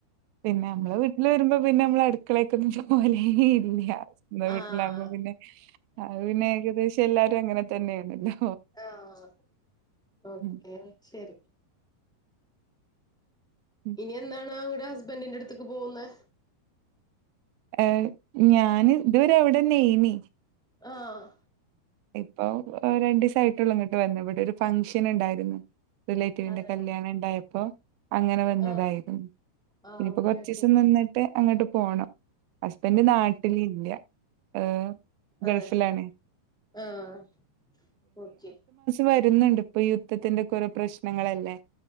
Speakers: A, on the right; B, in the centre.
A: പിന്നെ നമ്മളെ വീട്ടിൽ വരുമ്പോ പിന്നെ നമ്മളട് അടുക്കളെക്കൊന്നും പോവലെ ഇല്ല സ്വന്തം വീട്ടിലാകുമ്പോ
B: ആഹ്
A: പിന്നെ അത് പിന്നെ ഏകദേശം എല്ലാരും അങ്ങനെ ത തന്നെയാണല്ലോ
B: ആഹ് ഓക്കെ
A: ഉം
B: ശരി
A: ഉം
B: ഇനി എന്നാണ് അവിടെ ഹസ്ബൻഡിന്റെ അടുത്ത്ക്ക് പോകുന്നെ?
A: ഏഹ് ഞാന് ഇതുവരെ അവിടെന്നയേനി
B: ആഹ്
A: ഇപ്പൊ രണ്ടു ദിവസായിട്ടുള്ളൂ ഇങ്ങോട്ട് വന്ന് ഇവിടെ ഒരു ഫംങ്ഷൻ ഉണ്ടായിരുന്നു റിലേറ്റീവിന്റെ
B: അതെ
A: കല്യാണം ഇണ്ടായപ് അപ്പോ അങ്ങനെ വന്നതായിരുന്നു
B: ആഹ് ആഹ്
A: ഇനിയിപ്പോ
B: ഓക്കെ
A: കൊറചച്ചിസം
B: ഓക്കെ
A: നിന്നിട്ട് അങ്ങട്ട് പോണം ഹസ്ബൻഡ് നാട്ടിലില്ല ഏ ഗൾഫിലാണ്
B: അതെ ആഹ് ഓക്കെ
A: വരുന്ന്ണ്ട് ഇപ്പൊ യുദ്ധത്തിന്റെ കൊറെ പ്രശ്നങ്ങളല്ലേ